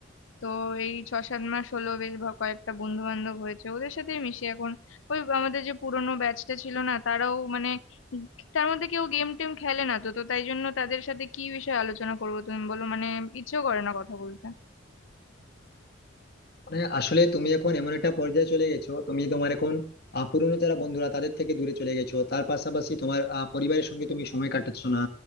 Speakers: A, on the left; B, on the left.
A: তো এই ছ সাত মাস হলো বেশ ভ- কয়েকটা বন্ধু বান্ধব হয়েছে ওদের সাথেই মিশি এখন ওই আমাদের যে পুরোনো ব্যাচটা ছিল না তারাও মানে উম তার মধ্যে কেউ গেম টেম খেলে না তো তো তাই জন্য তাদের সাথে কি বিষয়ে আলোচনা করবো তুমি বলো মানে ইচ্ছেও করে না কথা বলতে
B: মানে আসলে তুমি এখন এমন একটা পর্যায়ে চলে গেছো তুমি তোমার এখন আহ, পুরনো যারা বন্ধুরা তাদের থেকে দূরে চলে গেছো তার পাশাপাশি তোমার আহ, পরিবারের সঙ্গে তুমি সময় কাটাচ্ছ না